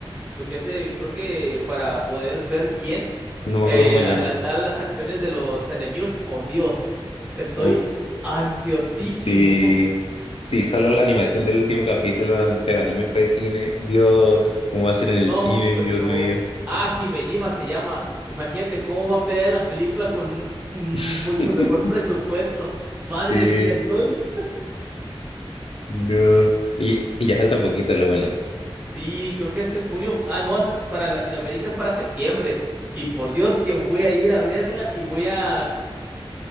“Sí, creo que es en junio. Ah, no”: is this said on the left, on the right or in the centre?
Right